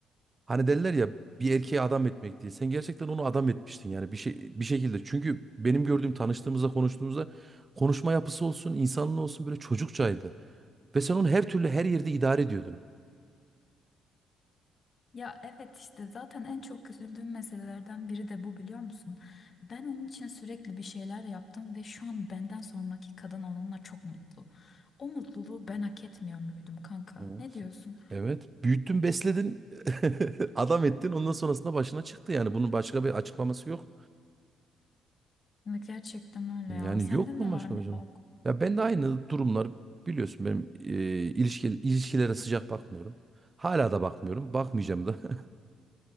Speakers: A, on the right; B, on the left.
A: hani derler ya bir erkeğe adam etmek diye. Sen gerçekten onu adam etmiştin yani bir şey bir şekilde. Çünkü benim gördüğüm tanıştığımızda konuştuğumuzda konuşma yapısı olsun, insanlığı olsun böyle çocukçaydı. Ve sen onu her türlü her yerde idare ediyordun.
B: Ya evet işte zaten en çok üzüldüğüm meselelerden biri de bu biliyor musun? Ben onun için sürekli bir şeyler yaptım ve şu an benden sonraki kadın onunla çok mutlu. O mutluluğu ben hak etmiyor muydum kanka?
A: Evet.
B: Ne diyorsun?
A: Evet. Büyüttün, besledin, <laughs> adam ettin. Ondan sonrasında başına çıktı yani. Bunun başka bir açıklaması yok.
B: Ya gerçekten öyle
A: Yani
B: ya. Sende
A: yok bunun
B: ne
A: başka
B: var
A: bir
B: ne
A: açıklaması.
B: yok?
A: Ya ben de aynı durumlar biliyorsun benim e, ilişki, ilişkilere sıcak bakmıyorum. Hala da bakmıyorum. Bakmayacağım da. <laughs>